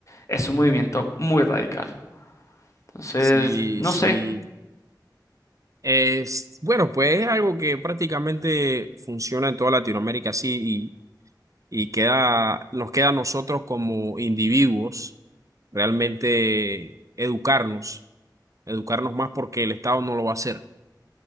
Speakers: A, on the left; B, on the right.
A: es un movimiento muy radical. Entonces,
B: Sí,
A: no
B: sí.
A: sé,
B: Es, bueno, pues es algo que prácticamente funciona en toda Latinoamérica, sí, y, y queda, nos queda a nosotros como individuos realmente educarnos, educarnos más porque el Estado no lo va a hacer.